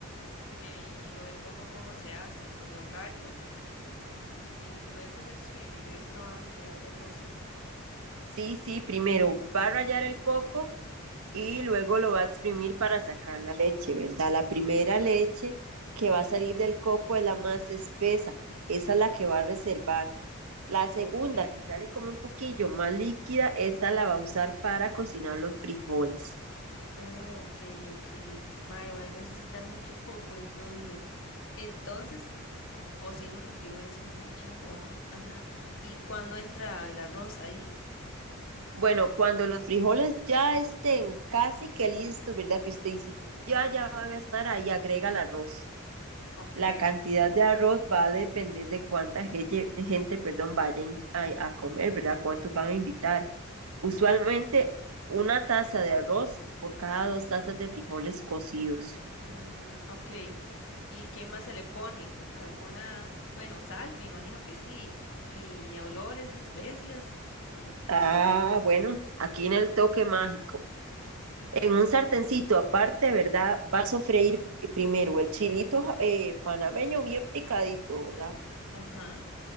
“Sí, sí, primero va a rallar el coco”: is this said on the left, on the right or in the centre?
Right